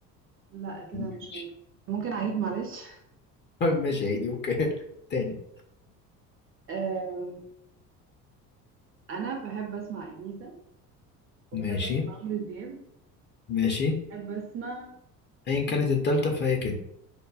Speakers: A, on the right; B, on the left.
A: لا كده
B: ماشي
A: مش هينفع ممكن اعيد معلش
B: <laughs> ماشي عيدي اوكي تاني
A: آم، انا بحب اسمع اليسا
B: ماشي
A: وبحب اسمع عمرو دياب
B: ماشي
A: بحب اسمع
B: ايا كانت التالتة فهي كده